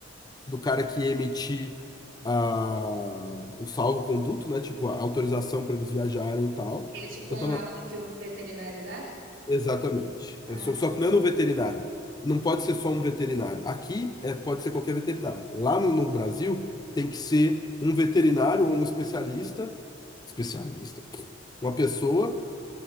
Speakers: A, on the left; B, on the right.
A: do cara que ia emitir a, o salvo-conduto, né, tipo, a autorização para eles viajarem e tal.
B: Ele, é tipo,
A: Então
B: um
A: tava,
B: laudo que o veterinário dá?
A: exatamente.
B: Ah.
A: É, só, só que não é no veterinário. Não pode ser só um veterinário. Aqui é, pode ser qualquer veterinário. Lá no no Brasil tem que ser um veterinário ou um especialista Especialista. pô. Uma pessoa.